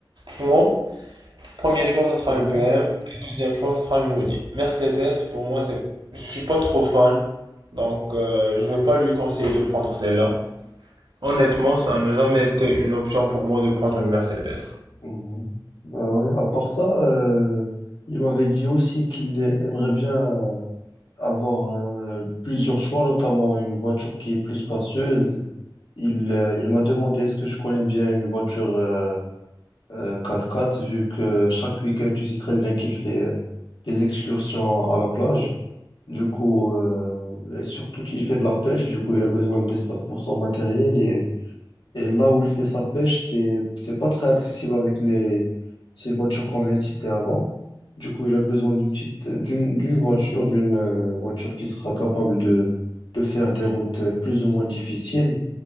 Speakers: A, on the right; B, on the left.
A: pour moi, premier choix ça sera
B: ouais.
A: une BM, et deuxième choix ça sera une Audi. Mercedes pour moi c'est, je suis pas trop fan, donc euh, je vais pas lui conseiller de prendre celle-là. Honnêtement, ça n'a jamais été une option pour moi de prendre une Mercedes.
B: mhm. Bah ouais. À part ça, euh, il m'avait dit aussi qu'il aimerait bien avoir euh, plusieurs choix, notamment une voiture qui est plus spacieuse. Il, euh, il m'a demandé est-ce que je connais bien une voiture euh, euh, 4x4, vu que chaque week-end, tu sais très bien qu'il fait euh, des excursions à la plage. Du coup, euh, et surtout, il fait de la pêche, du coup, il a besoin d'espace pour son matériel. Et, et là où il fait sa pêche, c'est, c'est pas très accessible avec les, ces voitures qu'on vient de citer avant. Du coup, il a besoin d'une petite, d'une, d'une voiture, d'une euh, voiture qui sera capable de, de faire des routes euh, plus ou moins difficiles.